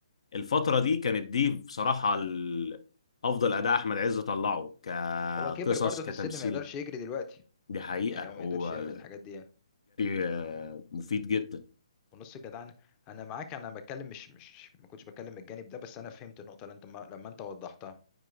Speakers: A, on the left; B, on the left.
A: الفترة
B: مم.
A: دي كانت دي بصراحة ال- أفضل أداء أحمد عز طلعه كقصص
B: هو كبر برضو
A: كتمثيل
B: في السن ما يقدرش يجري دلوقتي
A: دي حقيقة
B: يعني هو ما
A: والجري
B: يقدرش يعمل الحاجات دي يعني
A: آه، مفيد جدا
B: ونص الجدعنة انا معاك انا بتكلم مش مش ما كنتش بتكلم من الجانب ده بس انا فهمت النقطة اللي انت ما لما انت وضحتها